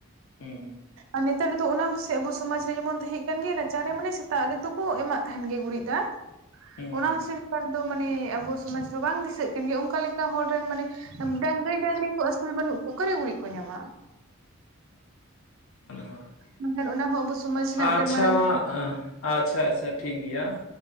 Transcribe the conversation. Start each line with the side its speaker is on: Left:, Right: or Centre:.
Left: ᱦᱩᱸ ᱦᱩᱸ
Right: ᱟᱨ ᱱᱮᱛᱟᱨ ᱫᱚ ᱚᱱᱟ ᱦᱚᱸᱟᱥᱮ ᱟᱵᱚ ᱥᱚᱢᱟᱡᱽ ᱨᱮ ᱡᱮᱢᱚᱱ ᱛᱟᱦᱮᱸ ᱠᱟᱱ ᱜᱮ ᱨᱟᱪᱟ ᱨᱮ ᱢᱟᱱᱮ ᱥᱮᱛᱟᱜ ᱨᱮᱫᱚ ᱠᱚ ᱮᱢᱟᱜ ᱛᱟᱦᱮᱱ ᱜᱮ ᱜᱩᱨᱤᱡᱽ ᱫᱟᱜ
Left: ᱦᱩᱸ
Right: ᱚᱱᱟ
Left: ᱦᱩᱸ
Right: ᱦᱚᱸᱥ ᱱᱮᱛᱟᱨ ᱫᱚ ᱢᱟᱱᱮ ᱟᱵᱚ ᱥᱚᱢᱟᱡᱽ ᱨᱮ ᱵᱟᱝ ᱫᱤᱥᱟᱹᱜ ᱠᱟᱱ ᱜᱮᱭᱟ ᱚᱱᱠᱟ ᱞᱮᱠᱟ ᱚᱠᱟ ᱦᱚᱲ ᱨᱮᱱ ᱢᱟᱱᱮ ᱰᱟᱝᱟᱹᱭ ᱰᱟᱹᱟᱝᱨᱤ ᱠᱚ ᱟᱹᱥᱩᱞ ᱵᱟᱹᱱᱩᱜ ᱠᱚᱣᱟ ᱚᱠᱟᱨᱮ ᱜᱩᱨᱤᱡ ᱠᱚ ᱧᱟᱢᱟ
Left: ᱚᱱᱟ ᱠᱟᱱ ᱜᱮ
Right: ᱢᱮᱱᱠᱷᱟᱱ ᱚᱱᱟ ᱦᱚᱸ ᱟᱵᱚ ᱥᱚᱢᱟᱡᱽ ᱨᱮᱱᱟᱜ
Left: ᱟᱪᱪᱷᱟ
Right: ᱢᱤᱫᱴᱮᱱ ᱢᱟᱨᱟᱝ
Left: ᱟᱪᱪᱷᱟ ᱟᱪᱪᱷᱟ ᱴᱷᱤᱠ ᱜᱮᱭᱟ